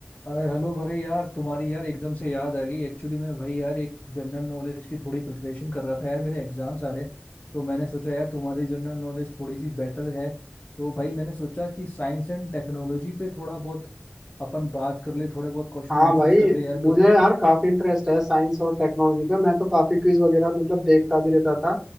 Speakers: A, on the left; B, in the centre.
A: अरे हेलो भाई यार तुम्हारी यार एकदम से याद आ गई एक्चुअली मैं भाई यार एक जनरल नॉलेज की थोड़ी प्रिपरेशन कर रहा था यार मेरे एग्जाम्स आ रहे हैं। तो मैंने सोचा यार तुम्हारी जनरल नॉलेज थोड़ी सी बेटर है तो भाई मैंने सोचा कि साइंस एंड टेक्नोलॉजी पे थोड़ा बहुत अपन बात कर ले थोड़े बहुत क्वेश्चन
B: हाँ
A: आंसर्स
B: भाई
A: कर ले यार क्यों
B: मुझे यार काफी इंटरेस्ट है साइंस और टेक्नोलॉजी पे मैं तो काफी क्विज वगैरह मतलब देखता भी रहता था